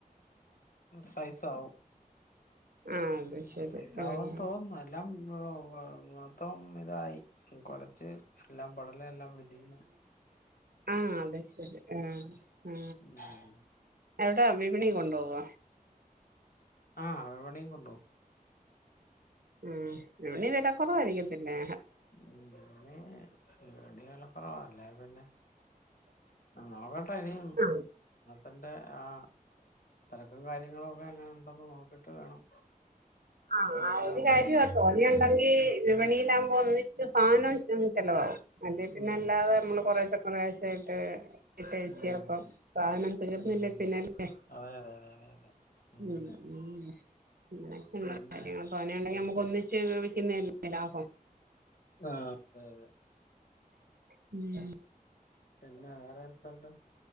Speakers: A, on the left (about 70°); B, on the right (about 80°).
A: സൈസ ആവും
B: ആഹ് അത് ശരി
A: പൈസവും
B: ആഹ്
A: തോന്നുന്നു എല്ലാം <unintelligible> മൊത്തം ഇതായി കൊലച്ച് എല്ലാം വളർല എല്ലാം വിതഞ്
B: ആ അത് ശെരി ആ ആ
A: ഉം.
B: എയ്ടെ വിപണി കൊണ്ടുവോ
A: ആ വിപണി ക്കുണ്ടോ
B: ഉം ഇനി വില കുറവായിരിക്കത്തില്ലെ
A: <unintelligible> ഇനി വെല കുറവാല്ലേ അല്ല പിന്നെ ആ അവ്ടെ നീ
B: ആ
A: തന്റെ ആ തെരക്കും കാര്യങ്ങളും ഒക്കെ എങ്ങനെ ഉണ്ടന്ന് നോകീട്ട് വേണം
B: ആ
A: കുടുംബങ്ങളെ
B: ഒരു കാര്യ
A: കൊണ്ട്
B: തോന്നിയാണ്ടെങ്കി വിപണി ലാവ് ഒന്നിച്ച് സാനം ചിലവാവും അല്ലേ പിന്നെ
A: ഉം
B: അല്ലാതെ മ്മള് കുറെശ കുറെയാശെയിട്ട് കഴിച്ചേണപ്പം
A: ഉം
B: സാധനം തീർന്നില്ലേ
A: ഉം
B: പിന്നല്ലേ
A: അതെ അതെ അതെ അതെ അതെ ഉം
B: <unintelligible> അങ്ങനൊക്ക്ണ്ട്
A: പിന്നെ
B: കാര്യങ്ങൾ പണി ണ്ടങ്കിൽ നമ്മക്ക്ക്ക് ഒന്നിച്ച് വിൽിക്കുന്നല്ലേ ലാഭം
A: ആ അതെ അതെ
B: വ്
A: പിന്നെ വേറെ എന്ത്ണ്ട്